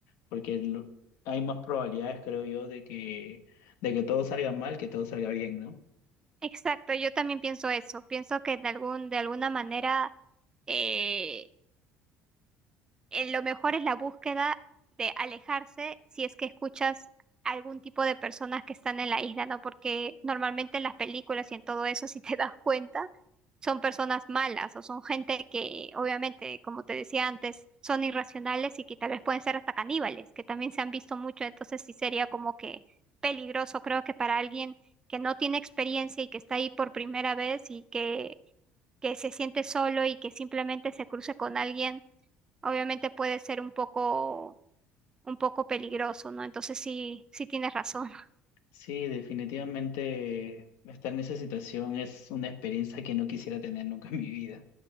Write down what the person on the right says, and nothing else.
Exacto, yo también pienso eso. Pienso que de algún, de alguna manera eh, eh, lo mejor es la búsqueda de alejarse si es que escuchas algún tipo de personas que están en la isla, ¿no? Porque normalmente en las películas y en todo eso, <laughs> si te das cuenta, son personas malas o son gente que, obviamente, como te decía antes, son irracionales y que tal vez pueden ser hasta caníbales, que también se han visto mucho, entonces sí sería como que peligroso, creo que para alguien que no tiene experiencia y que está ahí por primera vez y que, que se siente solo y que simplemente se cruce con alguien obviamente puede ser un poco, un poco peligroso, ¿no? Entonces sí, sí tienes razón.